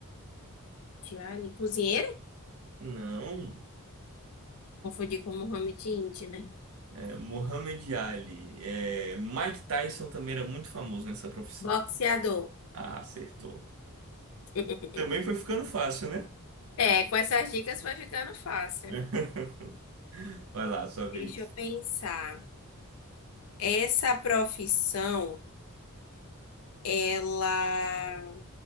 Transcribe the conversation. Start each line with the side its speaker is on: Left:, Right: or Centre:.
Left: Tiane, cozinheiro?
Right: Não,
Left: Confundi com Mohamed Indy, né?
Right: é, Muhammad Ali. É, Mike Tyson também era muito famoso nessa profissão.
Left: Boxeador.
Right: Ah, acertou.
Left: <laughs>
Right: Também foi ficando fácil, né?
Left: É, com essas dicas vai ficando fácil.
Right: <laughs> Vai lá, sua vez.
Left: Deixa eu pensar. Essa profissão, ela.